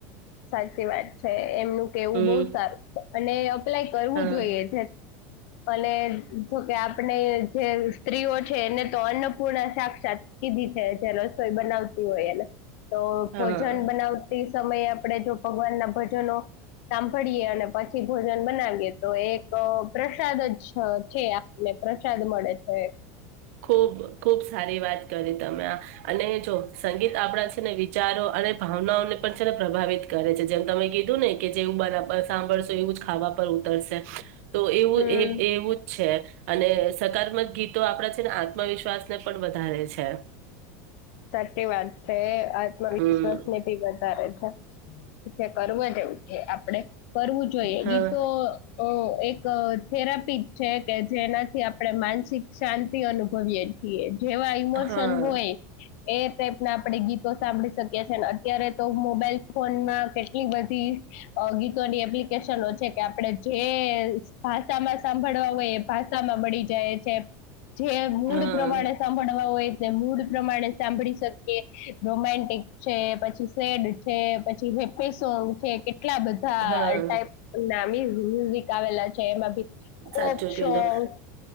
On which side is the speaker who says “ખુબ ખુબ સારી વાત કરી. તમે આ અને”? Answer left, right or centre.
Right